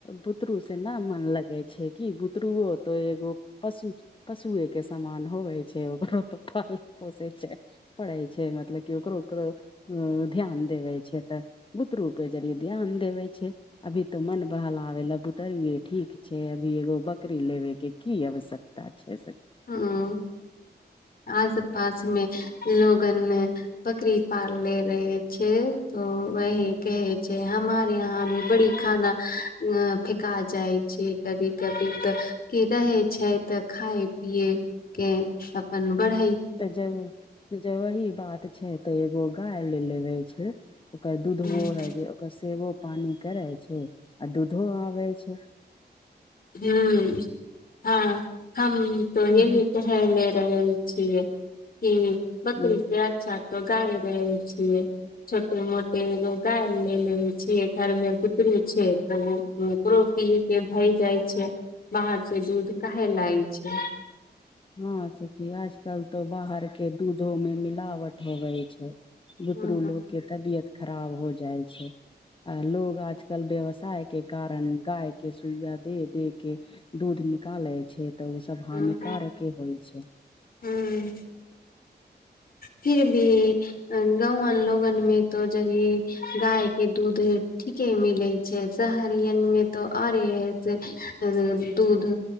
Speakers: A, on the left; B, on the left.
A: बुतरू से न मन लगै छै कि बुतरुओ तो एगो पशु पशुए के समामन होबै छै ओकरो त पाले पोशे छय पढ़ै छय मतलब कि ओकरो ओकरो ध्यान देवे छय तऽ बुत रूपे जरे ध्यान देवे छै अभी तऽ मन बहला आ नबूत तये ठीक छै अभी एगो बकरी लेबे के की आवश्यकता छय सखी
B: हूँ आस पास मे लोगन में बकरी पाल ले रहे छय तो वही कहे छै हमारे यहाँ भी बड़ी खाना फेका जाइ छै कभी कभी तऽ क रहै छै तऽ खाय पिए के अपन बढ़ई
A: त जब वही बात छै त एगो गाय ल लेबे छय ओकर दूधबो
B: हँ
A: होइ छै ओकर सेबो पानि करैत छै आ दूधो आबै छय
B: ह हँ हम त
A: शुद्ध
B: यही कने रहल छियै कि बकरी
A: सखी
B: जैत चा तऽ गाय रहै छियै छोटे मोटे गायल लै ले छियै घरमे गुतरू छै त ओकरो पिये के भई जाय छै बाहर से दूध कहे लाय छै
A: हँ सखी आजकल तो बाहर के दूधो में मिलावट होबै छै
B: हूँ
A: बुतरू लोग के तबियत खराब हो जाइ छै अ लोग आजकल व्यवसाय के कारण गाय के सुइया दे दे के दूध निकालै छै तऽ ओसब
B: हूँ
A: हानिकारके होइ छै
B: हूँ फिर भी गौवन लोगन में तो जड़ी गाय के दूध ठीके मिलै छै शहरियन में मे त आओरे है से दूध